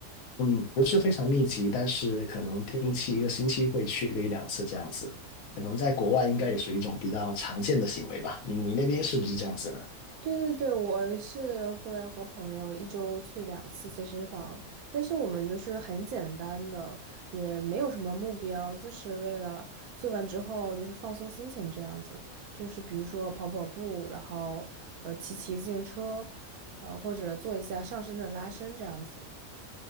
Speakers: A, on the left; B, on the right.
A: 嗯，不是非常密集，但是可能定期一个星期会去个一两次这样子。可能在国外应该也属于一种比较常见的行为吧。你你那边是不是这样子呢？
B: 对对对，我是会和朋友一周去两次健身房，但是我们就是很简单的，也没有什么目标，就是为了做完之后就是放松心情这样子，就是比如说跑跑步，然后呃骑骑自行车，呃或者做一下上身的拉伸这样子。